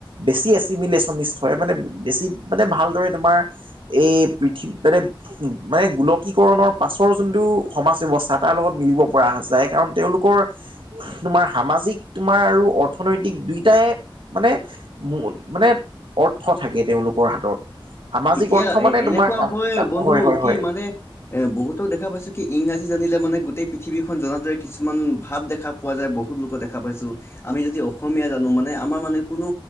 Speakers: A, on the right; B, on the left.
A: বেছি এচিবিলেচন হয় মানে বেছি মানে ভালদৰে তোমাৰ। এই পৃথি মানে। মানে গোলকীকৰণৰ পাছৰ যোনটো সমাজ ব্যৱস্থা তাৰ লগত মিলিব পৰা যায় কাৰণ। তেওঁলোকৰ, তোমাৰ সামাজিক তোমাৰ, আৰু অৰ্থনৈতিক দুয়টাই মানে মোন মানে, অৰ্থ থাকে তেওঁলোকৰ হাতত। সামাজিক
B: এতিয়া
A: অৰ্থ
B: এ
A: মানে তোমাৰ
B: এনেকুৱা
A: কাম
B: হয়
A: কাম।
B: বন্ধু
A: হয় হয়
B: কি
A: হয়
B: মানে এ বহুতো দেখা পাইছো কি ইংৰাজী জানিলে মানে গোটেই পৃথিৱীখন জনা যায় কিছুমান ভাৱ দেখা পোৱা যায় বহুত লোকক দেখা পাইছো আমি যদি অসমীয়া জানো মানে আমাৰ মানে কোনো